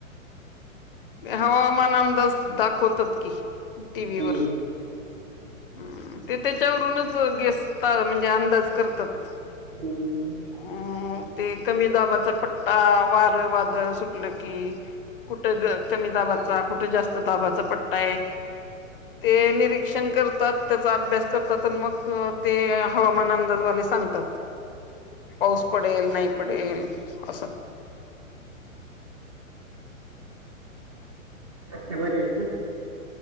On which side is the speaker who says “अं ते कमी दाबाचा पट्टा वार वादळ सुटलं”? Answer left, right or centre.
Left